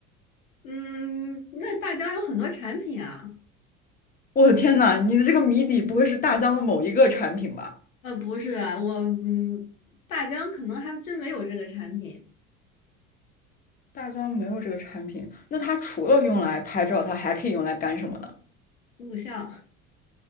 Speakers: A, on the left; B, on the left.
A: 嗯，那大疆有很多产品啊。
B: 我的天呐，你的这个谜底不会是大疆的某一个产品吧？
A: 呃，不是，我嗯，大疆可能还真没有这个产品。
B: 大疆没有这个产品，那它除了用来拍照，它还可以用来干什么呢？
A: 录像，